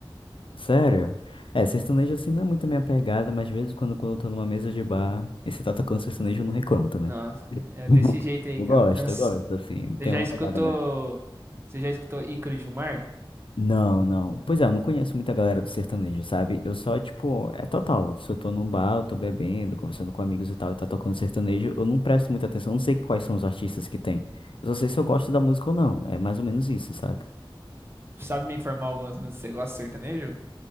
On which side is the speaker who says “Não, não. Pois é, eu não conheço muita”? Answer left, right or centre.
Left